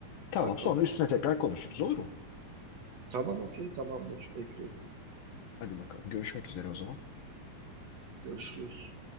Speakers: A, on the left (about 70°); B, on the right (about 50°).
A: Tamam,
B: Bakalım.
A: sonra üstüne tekrar konuşuruz olur mu?
B: Tamam okey tamamdır. Bekliyorum.
A: Hadi bakalım, görüşmek üzere o zaman.
B: Görüşürüz.